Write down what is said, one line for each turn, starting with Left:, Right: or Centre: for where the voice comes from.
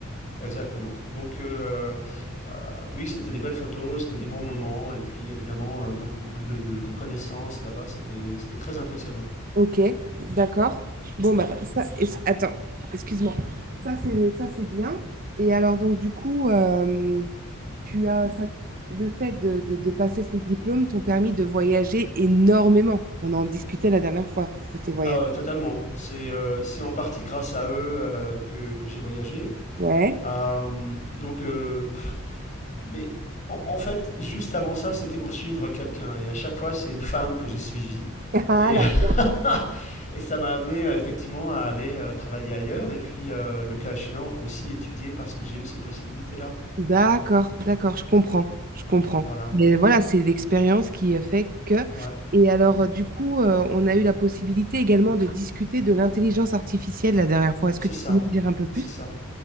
Left: Exactement. Donc, euh, euh, oui, c'était des belles photos, c'était des bons moments, et puis évidemment, euh, beaucoup, beaucoup de, de- de connaissances là-bas, c'était, c'était très impressionnant.
Right: ok, d'accord. Bon, bah, ça, est- attends, excuse-moi. Ça, c'est ça, c'est bien. Et alors, donc, du coup, euh, tu as ça- le fait de, de- de passer ces diplômes t'ont permis de voyager énormément. On en discutait la dernière fois de tes voyages.
Left: Ah, euh, totalement. C'est, euh, c'est en partie grâce à eux euh, que, que j'ai voyagé.
Right: Ouais.
Left: Euh, donc, euh, pff, mais en, en fait, juste avant ça, c'était pour suivre quelqu'un, et à chaque fois, c'est une femme que j'ai suivie.
Right: <laughs> Ah,
Left: Et, <laughs> et ça m'a amené euh, effectivement à aller euh, travailler ailleurs et puis euh, le cas échéant aussi étudier parce que j'ai eu ces possibilités-là.
Right: D'accord, d'accord, je comprends, je comprends.
Left: Voilà,
Right: Mais voilà, c'est l'expérience qui euh, fait que...
Left: ouais,
Right: Et alors, euh, du coup, euh, on a eu la possibilité également de discuter de l'intelligence artificielle la dernière fois. Est-ce
Left: c'est
Right: que tu
Left: ça,
Right: peux nous dire un peu plus?
Left: c'est ça.